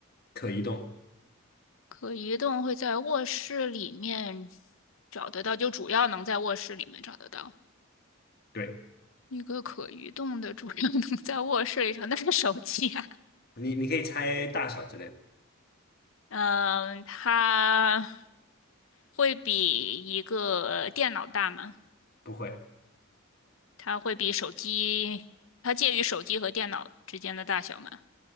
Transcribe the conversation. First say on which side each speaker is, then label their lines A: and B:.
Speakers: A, on the left; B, on the left.
A: 可移动。
B: 可移动会在卧室里面找得到，就主要能在卧室里面找得到。
A: 对，
B: 一个可移动的，主要能在卧室里找，那是手机啊。
A: 你你可以猜大小之类的，
B: 嗯，它会比一个电脑大吗？
A: 不会，
B: 它会比手机，它介于手机和电脑之间的大小嘛？